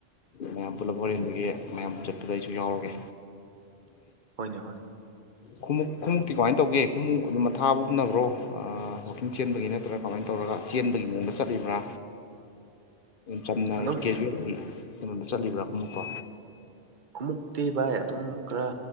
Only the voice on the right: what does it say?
ꯍꯅꯦ ꯍ
ꯑꯗꯨꯝ
ꯀꯃꯛꯇꯤ ꯚꯏ ꯑꯗꯨꯝ ꯈꯔ